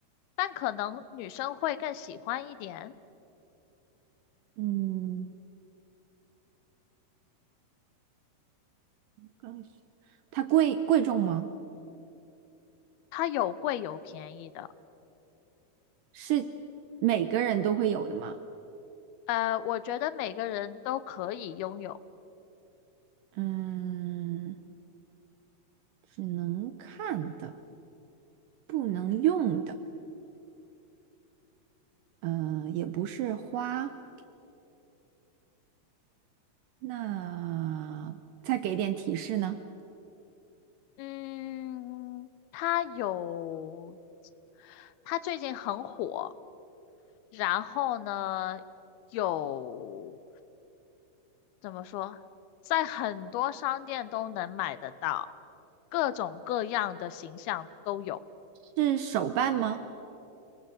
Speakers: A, on the left (about 80°); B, on the right (about 75°).
A: 但可能女生会更喜欢一点，
B: 嗯，刚需它贵贵重吗？
A: 它有贵有便宜的。
B: 是每个人都会有的吗？
A: 呃，我觉得每个人都可以拥有。
B: 嗯，只能看的，不能用的。嗯，也不是花，那再给点提示呢？
A: 嗯，它有，它最近很火，然后呢，有，怎么说，在很多商店都能买得到，各种各样的形象都有。
B: 是手办吗？